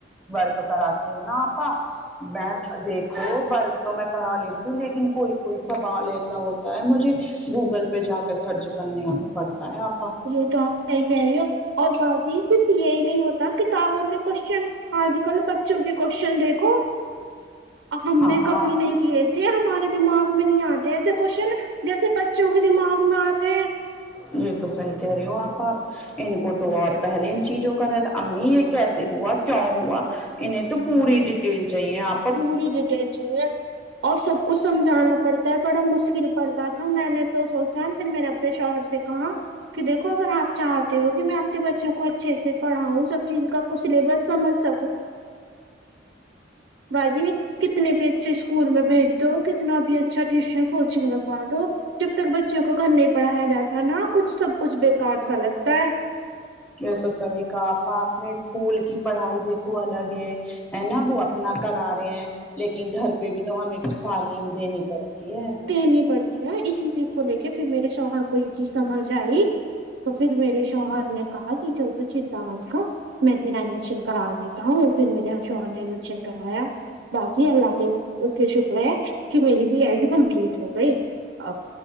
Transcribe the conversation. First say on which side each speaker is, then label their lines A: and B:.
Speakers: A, in the centre; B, on the right.
A: ورک کراتتی ہو نا آپا میں دیکھ ہو ورک تو میں کرا لیتی ہوں لیکن کوئی کوئی سوال ایسا ہوتا ہے مجھے گوگل پہ جا کے سرچ کرنے پڑتا ہے آپ
B: یہ تو آپ صی کہہ رہی ہو اور باجی صرف یہی نہیں ہوتا کتابوں کے کوشن آج کل پرچوں کے کوشچن دیکھو ہم
A: ہاں
B: نے کبھی نہیں کیے تھے ہمارے دماغ میں نہیں آتے کوشن جیسے بچوں کے دماغ میں آتے ہیں
A: یہ تو صحیح کہہ رہی ہو آپ آپ ان کو تو اور پہلے چیزوں کر ہے تو امی یہ کیسے ہوا کیا ہوا انہیں تو پوری ڈیٹیل چاہیے آپ کو
B: پوری ڈیٹیل چاہیے اور سب کو سمجھانا پڑتا ہے بڑا مشکل پڑھتا تھا میں نے تو سوچا پھر میں نے اپنے شوہر سے
A: <unintelligible>
B: کے دیکھو اگر آپ چاہتے ہو کہ میں آ کے بچوں کو اچھے سے پڑھاؤں سب چیز کا کچھ سلیبس سمجھ <unintelligible> کتنے بھی اچھے اسکول میں بھیج دو کتنا بھی اچھا ٹیوشن کوچنگ لگوا دو جب تک بچوں کو گھر نہیں پڑھایا جاتا نا کچھ سب کچھ بےکار سا لگتا ہے
A: یہ تو صحیح کہا آ پا آپ نے اسکول کی پڑھائی دیکھو الگ ہے ہے نا وہ اپنا کرا رہے ہیں لیکن گھر پہ بھی تو ہمیں کچھ تعلیم دینی پڑتی ہے
B: تنی پڑتی ہے اسی چیز کو لے کے پھر میرے شوہر کو یہ چیز سمجھ آئی تو پھر میرے شوہر نے کہا کہ چل تو چنتا مت کر میں تیرا ایڈمیشن کرا دیتا ہوں پھر میرے شوہر نے ایڈمیشن کرایا باجی اللہ کے اے شکر ہے کہ میری بھی ایڈ کمپلیٹ ہو گئی ا